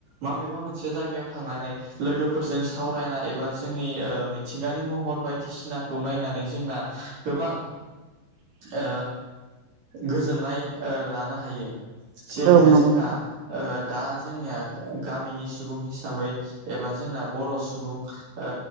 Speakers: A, on the right; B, on the right.
A: माबेबा मोनसे जायगायाव थांनानै लोगोफोरजों सावरायना एबा जोंनि मिथिंगानि महर बायदिसिनाखौ नायनानै जोंना गोबां ओ गोजोननाय ओ लानो हायो जेरैहाय
B: औ नंगौ
A: जोंहा
B: नोंथां
A: दा जोंनिया गामिनिस सुबुं हिसाबै एबा जोंना बर' सुबुं सुबुं